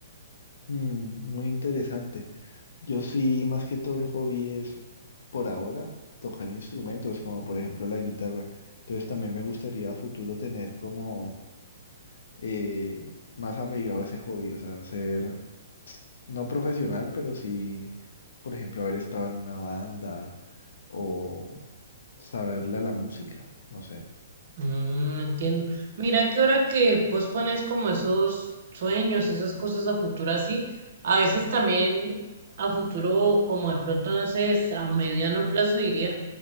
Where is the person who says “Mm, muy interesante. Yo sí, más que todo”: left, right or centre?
Left